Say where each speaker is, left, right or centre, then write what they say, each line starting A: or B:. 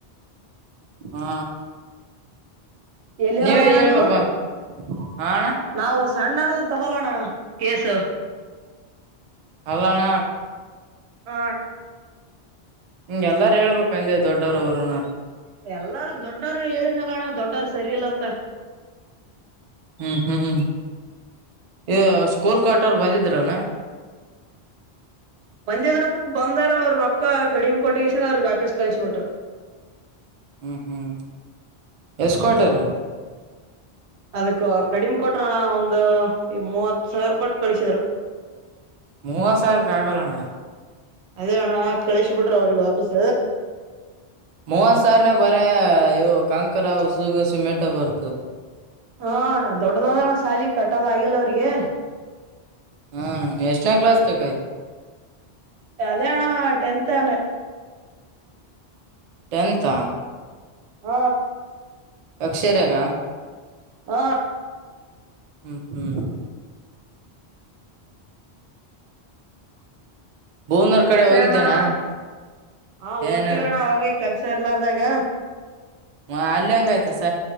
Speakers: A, on the right; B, on the right.
A: ಹಾ
B: ಎಲ್ಲಿರೋದಣ್ಣ
A: ನೀವೇ ಹೇಳ್ಬೇಕು
B: ನೀವು
A: ಹಾ ಅಣ್ಣ
B: ನಾವು ಸಣ್ಣಾರದು ತಗೊಳೋಣ ಕೇಸು
A: ಅಲ್ಲಣ
B: ಹ
A: ಹಂಗಗೆ ಎಲ್ಲಾರ ಹೇಳ್ಬೇಕು ಅಂದೆ ದೊಡ್ಡೋರು ಅವರುನ
B: ಎಲ್ಲಾರೂ ದೊಡ್ಡರು ಹೇಳಿದಲ್ಲ ಅಣ್ಣ ದೊಡ್ಡರು ಸರಿ ಇಲ್ಲ ಅಂತ
A: ಹ್ಮ್ ಹ್ಮ್ ಹ್ಮ್ ಈ ಸ್ಕೂಲ್ ಕಟರ್ ಬಂದಿದ ಇದ್ರನಾ
B: ಮಂದ್ಯದ್ರ ಬಂದಾರ ಅವ್ರರು ರೊಕ್ಕ ಕಡಿಮ್ ಕೊಟ್ಟಗಸ ಅವ್ರಗ್ ವಾಪೀಸ್ ಕಳಸ ಬಿಿಟರು
A: ಹ್ಮ್ ಹ್ಮ್ ಎಷ್ಟಕಟಾರೆ
B: ಅದಕ್ಕೆ ಕಡಿಮ್ ಕೊಟ್ರಣ ಒಂದು ಈ ಮೂವತ್ ಸಾವಿರ ಕೊಟ್ಟು ಕಳಿಸಿದರು
A: ಮೂವತ್ ಸಾವಿರಕ್ ಆಗಲ್ಲಣ್ಣ
B: ಅದಣ ಕಳೇಶ್ ಬಿಡ್ರರು ಅವ್ರಿಗೆ ವಾಪೀಸ್
A: ಮೂವತ್ ಸಾವಿರನ ಬರ ಇವು ಕಾಂಕರ ಉಸುಗ ಸಿಮೆಂಟ್ ಬರ್ತು
B: ಹಣ್ಣ ದೊಡ್ಡ್ದದಣ್ಣ ಸಾಲಿ ಕಟ್ಟದ್ ಆಗಿಲ್ಲ ಅವ್ರಿಗೆ
A: ಹಾ ಎಷ್ಟ್ರಾ ಕ್ಲಾಸ್ ತ ಆಯ್ತು
B: ಅದೇಣಾ ಟೆಂತ್ ನೇ
A: ಟೆಂತಾ
B: ಹ
A: ಅಕ್ಷರಾಗ
B: ಹ
A: ಹ್ಮ್ ಹ್ಮ್ ಭುವನೂರ್
B: ಕೆಲ್ಸ
A: ಕಡೆ ಹೋಗಿದ್ದಣ
B: ಏನ್ ಮಾಡ್ದ ಹ ಓ್ತತಿ
A: ಏನ
B: ವಿ ಅಣ ಅವಾಗ ಕೆಲ್ಸ ಸರ್ಲಾರ್ದಾಗ
A: ಹ ಅಲ್ಲಿಂಗ ಯ್ತೆ ಸ